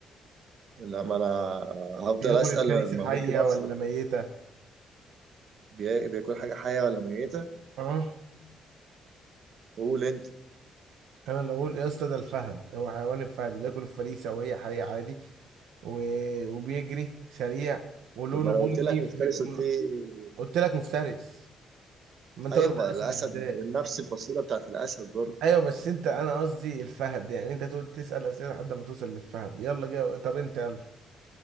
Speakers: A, on the right; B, on the right.
A: لما انا هفضل
B: بياكل
A: اسال
B: الفريسة
A: ما
B: حية
A: ممكن افصل
B: ولا ميتة
A: بي- بياكل حاجه حيه ولا ميته
B: اه
A: قول انت
B: انا لو اقول يا اسطى ده الفهد هو حيوان الفهد بياكل الفريسة وهي حية عادي و... وبيجري سريع ولونه
A: طب ما انا
B: بني
A: قلت لك
B: في...
A: مفترس قلت لي
B: قلت لك مفترس ما انت
A: ايوه
B: قلت
A: ما الاسد
B: اسد ازاي
A: ما هو من نفس الفصيله بتاعت الاسد برضه
B: ايوه بس انت انا قصدي الفهد يعني انت تقعد تسأل اسئله لحد ما توصل للفهد يلا جاي طب انت يلا